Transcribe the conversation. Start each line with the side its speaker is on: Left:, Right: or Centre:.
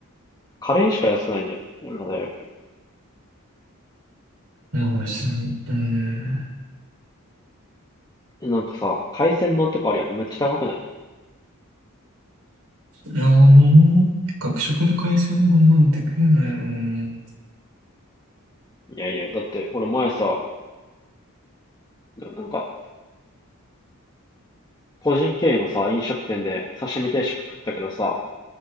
Left: カレーしか安くないんだよ。俺の大学。
Right: まあ別に、うーん。
Left: え、なんかさ、海鮮丼とかありはめっちゃ高くない
Right: いやーねー、学食で海鮮丼なんて食えないよな。
Left: いやいや、だって俺前さ、なんか個人経営のさ、飲食店で刺身定食食ったけどさ、